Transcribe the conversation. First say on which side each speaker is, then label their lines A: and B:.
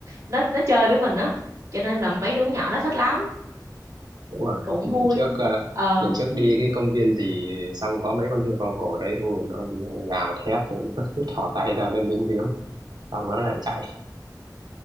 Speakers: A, on the right (about 40°); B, on the right (about 70°).
A: nó nó chơi với mình á cho nên là mấy đứa nhỏ nó thích lắm,
B: đúng rồi
A: cũng
B: lần
A: vui.
B: trước ờ,
A: Ờ.
B: lần trước đi cái công viên gì xong có mấy con hươu cao cổ đấy ui nó, nó gào thét thì nó cứ thỏ tay ra nó liếm liếm xong nó lại chạy